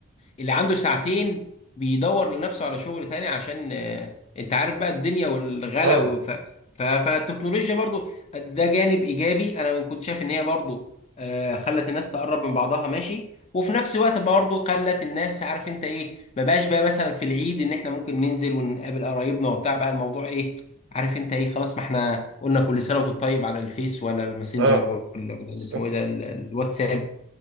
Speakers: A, on the left; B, on the right.
A: اللي عنده ساعتين بيدور لنفسه على شغل تاني عشان آه، انت عارف بقى الدنيا والغلا
B: اه
A: وف... ف... فالتكنولوجيا برضو ده جانب ايجابي انا كنت شايف ان هي برضو آه، خلت الناس تقرب من بعضها ماشي وفي نفس الوقت برضو خلت الناس عارف انت ايه ما بقاش بقى مثلا في العيد ان احنا ممكن ننزل ونقابل قرايبنا وبتاع بقى الموضوع ايه عارف انت ايه خلاص ما احنا قلنا كل سنه وانت طيب على الفيس ولا الماسنجر
B: اه
A: ولا ولا
B: بالظبط
A: اللي اسمه ايه ده ال- الواتساب